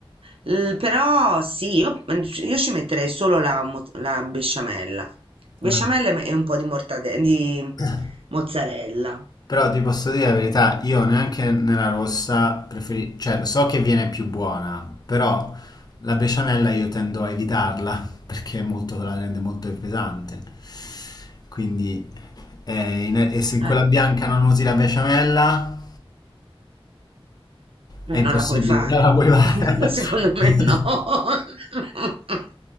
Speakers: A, on the right; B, on the left.
A: L- però sì, io, mm, io ci metterei solo la, mo- la besciamella. Besciamella
B: Eh.
A: e un po' di, mortade- di
B: <clears throat>
A: mozzarella.
B: Però ti posso dire la verità, io neanche nella rossa preferisco, cioè so che viene più buona, però la besciamella io tendo a evitarla <laughs> perché è molto- la rende molto pesante. Quindi Eh, in- e se in
A: Eh,
B: quella bianca non usi la besciamella,
A: eh,
B: è impossibile.
A: non la puoi fare.
B: No, la puoi fare.
A: <laughs> Secondo me
B: <laughs>
A: no. <laughs>